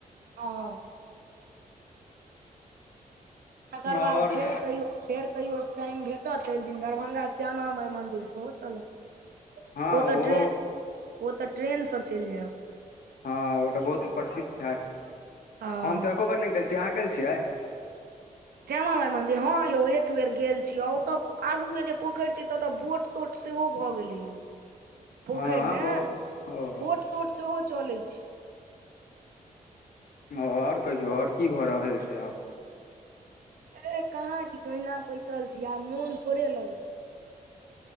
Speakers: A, on the right; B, on the left.
A: ह। तकर बाद
B: आओर
A: फेर कहियौ फेर कहियओ टाइम भेटत एक दिन दरभंगा श्यामा माइ मन्दिर सेहो चलब
B: हँ
A: ओ
B: ओहो
A: तऽ ट्रेन ओ तऽ ट्रेन सँ चलि जायब।
B: हँ ओ तऽ बहुत प्रसिद्ध छथि
A: हँ
B: हम तऽ एको बेर नय गेल छी अहाँ गेल छियै।
A: श्यामा माइ मंदिर हँं यौ एक बेर गेल छीआ ओतऽ आगू में जे पोखरि छै तऽ ओतऽ बोट तोट सेहो भऽ गेलै य। पोखरि
B: हँ
A: मे
B: ओ ओ
A: बोट तोट सेहो चलैत छै।
B: ओर कहियौ ओर की भऽ रहल छै आब
A: ए कहाँ कीछ ओहिना बैसल छी आब मोन थोड़े लग